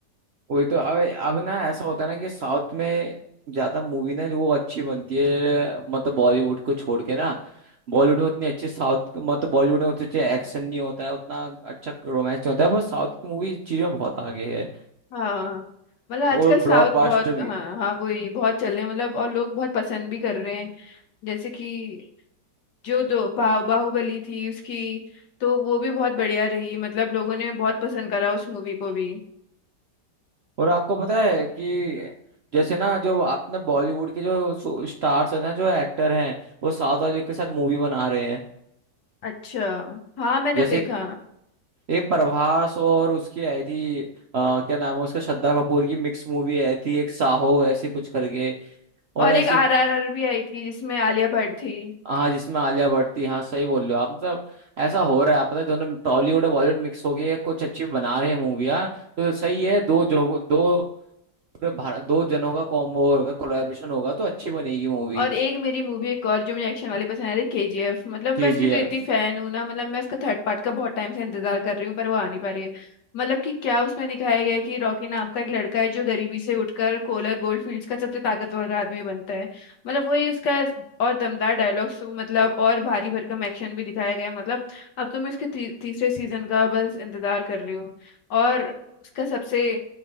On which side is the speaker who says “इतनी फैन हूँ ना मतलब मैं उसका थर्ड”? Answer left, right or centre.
Left